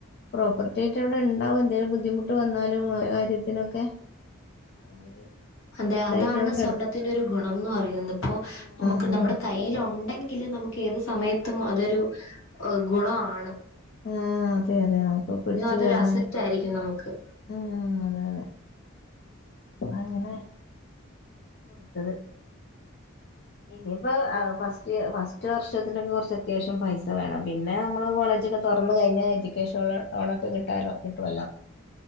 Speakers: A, on the left; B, on the left.
A: പ്രോപ്പർട്ടി ആയിട്ട് അവിടെ ഉണ്ടാവും എന്തേങ്കിലും ബുദ്ധിമുട്ട് വന്നാലും ആ കാര്യത്തിനൊക്കെ അവര്
B: അതെ
A: ഇതായിട്ട്
B: അതാണ്
A: അവിടെ
B: സ്വർണത്തിന്റെ
A: കിടക്കും
B: ഒരു ഗുണംന്ന് പറയുന്നത് ഇപ്പോ
A: ആ
B: നമുക്ക്
A: അതെ
B: നമ്മുടെ കൈ കയ്യില് ഉണ്ടെങ്കിൽ നമുക്ക് ഏത് സമയത്തും അതൊരു ഗുണം ആണ്
A: ആഹ് അതെ അതെ നമുക്ക് പിടച്ച്
B: അതൊരു
A: കേയറാന്
B: അസറ്റ് ആയിരിക്കും നമുക്ക്
A: ആ അതെ അതെ അങ്ങനെ കൊടുത്തത് ഇനിയിപ്പോ ഫസ്റ്റ് ഫസ്റ്റ് വർഷത്തിനൊക്കെ കുറച്ച് അത്യാവശ്യം പൈസ വേണം പിന്നെ നമ്മള് കോളേജ് ഒക്കെ തുറന്നു കഴിഞ്ഞാൽ എഡ്യക്കേഷനുള്ള ലോണൊക്കെ കിട്ടാലോ വല്ലോ